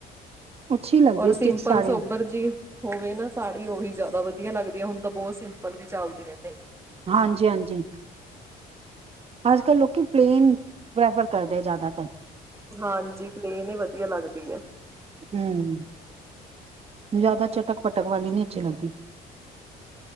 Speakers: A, on the right (about 35°); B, on the right (about 15°).
A: ਅੱਛੀ ਲੱਗਦੀ
B: ਔਰ
A: ਸਟਿਚ
B: ਸਿੰਪਲ
A: ਸਾੜੀਆਂ
B: ਸੋਬਰ ਜੀ ਹੋਵੇ ਨਾ ਸਾੜੀ ਉਹੀ ਜ਼ਿਆਦਾ ਵਧੀਆ ਲੱਗਦੀ ਹੈ ਹੁਣ ਤਾਂ ਬਹੁਤ ਸਿੰ ਪਲ ਵੀ ਚੱਲਦੀਆਂ ਤੇ
A: ਹਾਂਜੀ-ਹਾਂਜੀ, ਅੱਜ ਕੱਲ੍ਹ ਲੋਕੀ ਪਲੇਨ ਪ੍ਰੈਫਰ ਕਰਦੇ ਆ ਜ਼ਿਆਦਾਤਰ
B: ਹਾਂਜੀ ਪਲੇਨ ਹੀ ਵਧੀਆ ਲੱਗਦੀ ਐ
A: ਹਮ, ਜ਼ਿਆਦਾ ਚਟਕ-ਪਟਕ ਵਾਲੀ ਨੀ ਅੱਛੀ ਲੱਗਦੀ